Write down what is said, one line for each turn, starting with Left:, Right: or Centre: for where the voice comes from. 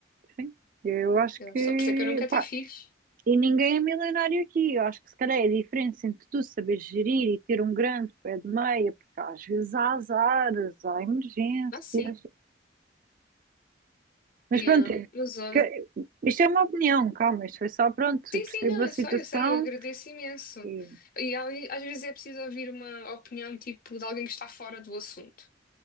Right: Sim. Eu acho
Left: Eu,
Right: que,
Left: só por isso é que eu não quero
Right: pá,
Left: ter filhos.
Right: e ninguém é milionário aqui. Eu acho que se calhar é a diferença entre tu saber gerir e ter um grande pé de meia, porque às vezes há azares, há emergências.
Left: Ah, sim.
Right: Mas
Left: Yeah.
Right: pronto, é
Left: Mas olha.
Right: que- isto é uma opinião, calma, isto foi só pronto,
Left: Sim,
Right: eu percebo
Left: sim, não,
Right: a
Left: eu
Right: situação
Left: sei, eu sei, eu agradeço imenso.
Right: Sim.
Left: E ali, às vezes é preciso ouvir uma opinião, tipo, de alguém que está fora do assunto,